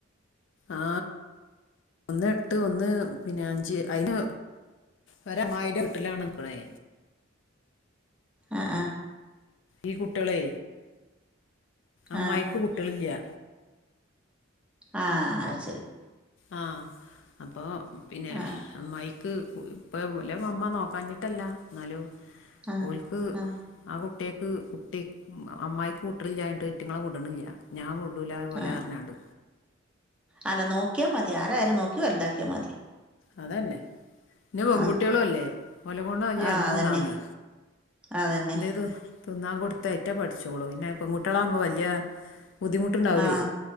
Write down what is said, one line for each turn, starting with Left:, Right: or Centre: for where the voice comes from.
Left: ആ ഒന്നെട്ട് ഒന്ന് പിന്നെ അഞ്ച് അയ്ന് വരമ്മായിൻ്റെ വീട്ടിലാണ്ന്ക്ക്ണൈ
Centre: അ ആ
Left: ഈ കുട്ട്യളൈ അമ്മായിക്ക്
Centre: ആ
Left: കുട്ടൃളില്ലൃ
Centre: ആ അഅ് ശെരി
Left: ആ അപ്പോ പിന്നെ
Centre: ആ
Left: അമ്മായി ക് ഇപ്പ ഓലമമ്മ നോക്കാഞ്ഞിട്ടല്ല ന്നാലും
Centre: ആ
Left: ഓൽക്ക്
Centre: ആ
Left: ആ കു ട്ടൃക്ക് കുട്ടി അമ്മായിക്ക് കൂട്ടൃളിലൃഞിട്ട് റ്റെങ്ങളെ വിട്ണ്ല്ല ഞാൻ വിടൂലാ ഓലെറഞ്ഞാണ്ട്
Centre: ആ അല്ല നോക്കിയാ മതി ആരായാലും നോക്കി വലുതാക്കിയാ മതി.
Left: അതന്നെ. പിന്നെ പെൺകുട്ട്യോളും
Centre: ആ
Left: അല്ലേ ഓലെ കൊണ്ട് വലൃ
Centre: ആ
Left: അലമ്പുണ്ടാവുലേ
Centre: അതന്നെ അതന്നെ
Left: എന്തേയ്തു തിന്നാകൊടുത്തായ്റ്റ പഠിച്ചോളും പിന്നെ പെൺകുട്ട്യളാവുമ്പോ വല്ല്യ ബുദ്ധിമുട്ടുണ്ടാവുലേ.
Centre: ആ